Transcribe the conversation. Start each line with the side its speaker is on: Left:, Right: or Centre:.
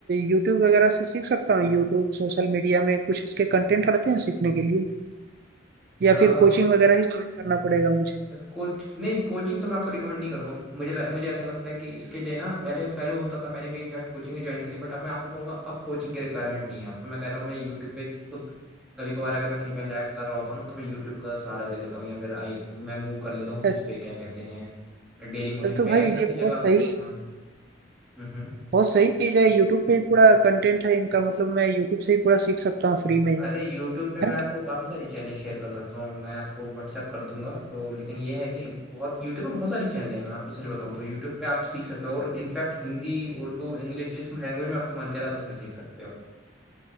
Right: यूट्यूब वगैरह से सीख सकता हूँ यूट्यूब सोशल मीडिया में कुछ इसके कंटेंट रहते हैं सीखने के लिए या
Centre: अ,
Right: फिर कोचिंग वगैरह ही ज्वाइन करना पड़ेगा मुझे
Centre: कोच नहीं कोचिंग तो मैं आपको रिकमेंड नहीं करूंगा मुझे ल- मुझे ऐसा लगता है कि इसके लिए ना पहले पहले होता था मैंने भी इनफैक्ट कोचिंग भी ज्वाइन करी बट अब मैं आपको कहूंगा अब कोचिंग की रिक्वायरमेंट नहीं है अब तो मैं कह रहा हूँ मैं यूट्यूब पे खुद कभी कभार अगर मैं कहीं पर लैग कर रहा होता हूँ ना तो मैं यूट्यूब का सहारा ले लेता हूँ या फिर आई मैं मूव कर लेता हूँ
Right: अच्छा,
Centre: किस पे क्या कहते हैं डेली मोशन
Right: तो
Centre: पे
Right: भाई
Centre: ऐसी किसी
Right: ये
Centre: जगह
Right: बहुत सही
Centre: पे
Right: है
Centre: हाँ हम्म, हम्म।
Right: बहुत सही चीज है यूट्यूब पे ही पूरा कंटेंट है इनका मतलब मैं यूट्यूब से ही पूरा सीख सकता हूँ फ्री में ही
Centre: अरे यूट्यूब पे मैं
Right: है ना
Centre: आपको काफ़ी सारी चैनल शेयर कर सकता हूँ मैं आपको व्हाट्सएप कर दूंगा तो लेकिन ये है कि बहुत यूट्यूब पे बहुत सारी चैनल है मैं आपको सच बताऊँ तो यूट्यूब पे आप सीख सकते हो और इनफैक्ट हिंदी उर्दू इंग्लिश जिस लैंग्वेज में आपको मन करे आप उसमें सीख सकते हो